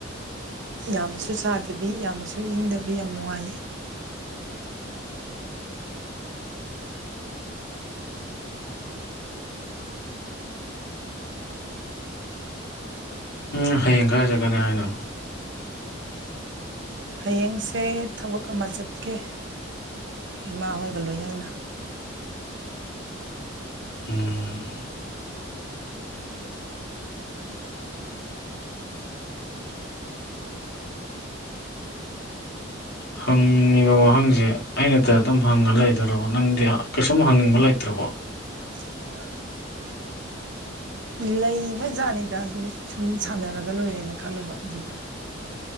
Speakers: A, on the right; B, on the left.
A: ꯌꯥꯝꯅꯁꯨ ꯁꯥꯗꯕꯤ ꯌꯥꯝꯅꯁꯨ ꯏꯪꯗꯕꯤ ꯌꯥꯝ ꯅꯨꯡꯉꯥꯏ
B: ꯎꯝ ꯍꯌꯦꯡ ꯈꯔ ꯆꯠꯀꯅꯤ ꯍꯥꯏꯅ
A: ꯍꯌꯦꯡꯁꯦ ꯊꯕꯛ ꯑꯃ ꯆꯠꯀꯦ ꯏꯃꯥ ꯍꯣꯏꯒ ꯂꯣꯏꯅꯅ
B: ꯎꯝ ꯍꯪꯉꯤꯕ ꯋꯥꯍꯪꯁꯦ ꯑꯩꯅꯇ ꯑꯗꯨꯝ ꯍꯪꯉ ꯂꯩꯗꯣꯏꯔꯕ ꯅꯪꯗꯤ ꯀꯩꯁꯨꯝ ꯍꯪꯅꯤꯡꯕ ꯂꯩꯇ꯭ꯔꯕꯣ
A: ꯑ ꯂꯩꯕꯖꯅꯤ ꯗ ꯑꯗꯨꯝ ꯁꯨꯝ ꯁꯥꯟꯅꯔꯒ ꯂꯣꯏꯔꯦꯅ ꯈꯜꯂꯨꯕ ꯑꯗꯨꯗ